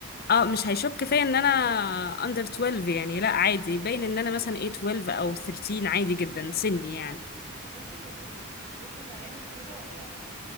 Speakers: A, on the left; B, on the right.
A: اه مش هيشك فيا ان انا اندر 12 يعني لا عادي باين ان انا مثلا ايه 12 او 13 عادي جدا سني يعني
B: طب انتي كنت بت... بتروحي ملاهي وكده ولا لا